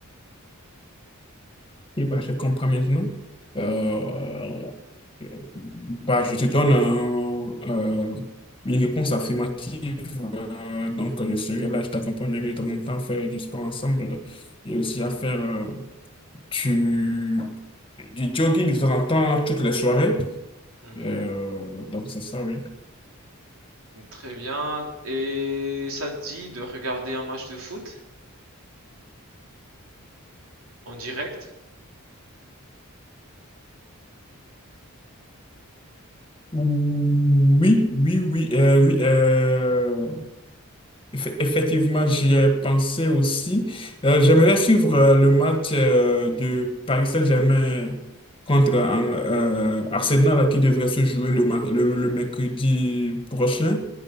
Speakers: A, on the left; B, on the right.
A: Oui, bah, je comprends maintenant. Euh, Bah, je te donne un, euh, une réponse affirmative. Euh, donc, je serai là, je t'accompagnerai de temps en temps à faire du sport ensemble et aussi à faire euh, du, du jogging de temps en temps, toutes les soirées.
B: Mhm.
A: Euh, donc, c'est ça, oui.
B: Très bien. Et ça te dit de regarder un match de foot en direct?
A: Oui, oui, oui, euh, oui. euh, Eff- Effectivement, j'y ai pensé aussi. Euh, j'aimerais suivre euh, le match euh, de Paris Saint-Germain contre euh, euh, Arsenal là, qui devrait se jouer le, mar- le, le mercredi prochain